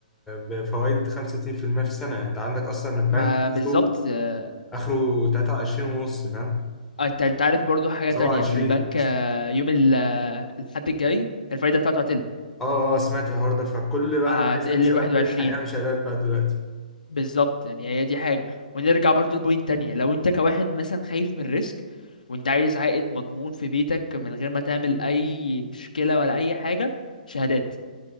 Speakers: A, in the centre; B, on the left (about 65°).
A: بفوائد 65% في المية في السنة يعني انت عندك اصلا البنك
B: ما
A: سوق
B: بالظبط اه،
A: اخره 23 ونص فاهم
B: انت انت عارف برضو حاجة
A: 27
B: تانية البنك
A: قصدي.
B: اه، يوم ال- اه، الحد الجاي الفايدة بتاعته هتقل
A: اه اه سمعت الحوار ده فكل بقى
B: هتقل
A: اللي عايز يعمل
B: لواحد
A: شهادات
B: 21
A: بيلحق يعمل شهادات بقى دلوقتي
B: بالظبط يعني هي دي حاجة ونرجع برضو لبوينت تانية لو انت كواحد مثلا خايف من الريسك وانت عايز عائد مضمون في بيتك من غير ما تعمل اي مشكلة ولا اي حاجة شهادات